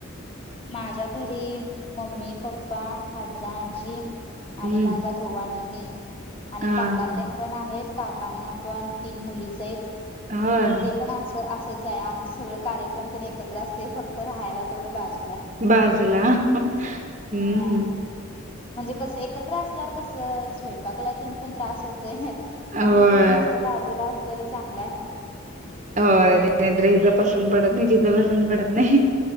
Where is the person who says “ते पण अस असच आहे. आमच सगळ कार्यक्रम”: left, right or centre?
Left